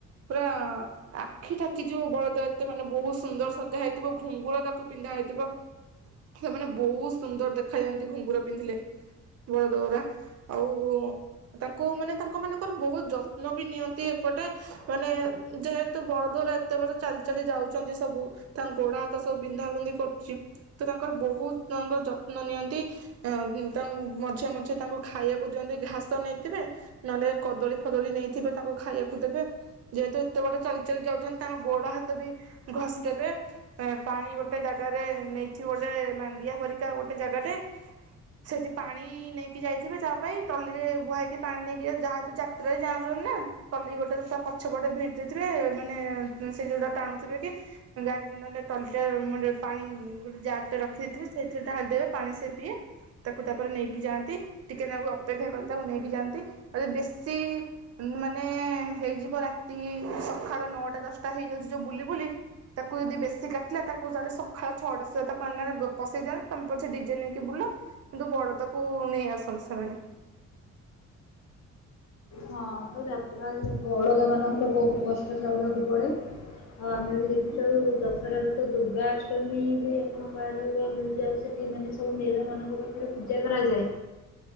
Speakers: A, on the right (about 55°); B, on the left (about 60°).
A: ପୁରା ଆଖି ଠାକିଯିବ ବଳଦ ଏତେ ମାନେ ବହୁତ ସୁନ୍ଦର ସଜା ହେଇଥିବ ଘୁଙ୍ଗୁର ତାକୁ ପିନ୍ଧା ହେଇଥିବ ସେମାନେ ବହୁତ ସୁନ୍ଦର ଦେଖାଯାଆନ୍ତି ଘୁଙ୍ଗୁର ପିନ୍ଧିଲେ ବଳଦ ଗୁରା ଆଉ ତାଙ୍କୁ ମାନେ ତାଙ୍କ ମାନଙ୍କର ବହୁତ ଯ ତ୍ନ ବି ନିଅନ୍ତି ଏପଟେ। ମାନେ ଯେହେତୁ ବଳଦ ଗୁରା ଏତେ ବଡ ଚାଲି ଚାଲି ଯାଉ ଛନ୍ତି ସବୁ ତାଙ୍କ ଗୋଡ ହାତ ସବୁ ବିନ୍ଧା ବିନ୍ଧି କ ତ ତାଙ୍କର ବହୁତ ତାଙ୍କର ଯତ୍ନ ନିଅନ୍ତି ତାଙ୍କୁ ମଝିରେ ମଝିରେ ତାଙ୍କୁ ଖାଇବାକୁ ଦିଅନ୍ତି ଘାସ ନେଇଥିବେ ନହେଲେ କଦଳୀ ଫଦଳୀ ନେଇଥିବେ ତାଙ୍କୁ ଖାଇବାକୁ ଦେବେ। ଯେହେତୁ ଏତେ ବାଟ ଚାଲି ଚାଲି ଯାଉଛନ୍ତି ତାଙ୍କ ଗୋଡ ହାତ ବି ଘଷି ଦେବେ ପାଣି ଗୋଟେ ଜାଗାରେ ନେଇଥିବ ଗୋଟେ ମାଣ୍ଡିଆ ପରିକା ଗୋଟେ ଜାଗାରେ ସେଇଠି ପାଣି ନେଇକି ଯାଇଥିବେ ତା ପାଇଁ ଟଲିରେ ବୁହାଇକି ପାଣି ନେଇକି ଯାହତୁ ଯାତ୍ରାରେ ଯାଉଛନ୍ତି ନା ଟଲି ଗୋଟେ ତା। ଗୋଟେ ପେଟେ ଭିଡି ଦେଇଥିବେ ମାନେ ସେ ଯୋଉଟା ଟାଣୁଥିବେ କି ଗାଡି ଜାର ଟଲି ଟା ପାଣି ଗୋଟେ ଯାର ଟେ ରଖି ଦେଇଥିବେ ସେଇଥିରେ ଢାଳି ଦବେ ପାଣି ସେ ପିଏ ତାକୁ ତାପରେ ନେଇ। ଯାଆନ୍ତି ଟିକେ ତାଙ୍କୁ ଅପେକ୍ଷା କରି ତାକୁ ନେଇକି ଯାଆନ୍ତି ବେଶୀ ମାନେ ହେଇଯିବ ରାତି। ତି ସକାଳ ନଅଟା ଦଶଟା ହେଇଯାଉଛି ଯୋଉ ବୁଲି ବୁଲି ତାକୁ ଯଦି ବେଶୀ କାଟିଲା ତାକୁ ତାଲେ ସକାଳ ଛଅଟା ସୁଦ୍ଧା ତାକୁ ଆଣିନା ଗ ପସେଇ ଦିଅନ୍ତ ତମେ ପଛେ ଡିଜେ ନେଇକି ବୁଲ କିନ୍ତୁ ବଡ ତାକୁ ନେଇ ଆସନ୍ତି ସେମାନେ।
B: ହଁ ତ ଯାତ୍ରା ରେ ବଳଦ ମାନଙ୍କୁ ତ ବହୁତ କଷ୍ଟ ସହିବାକୁ ପଡେ ଆଉ ଆମେ ବି ଦେଖିଥାଉ ଦଶରାରେ ତ ଦୁର୍ଗାଷ୍ଟମୀ ବି ଆପଣଙ୍କ ଆଡେ ଆମେ ବି ଯାଉ ସେଠି ମାନେ ସବୁ ମେଡ ମାନଙ୍କ ପାଖରେ ପୂଜା କରାଯାଏ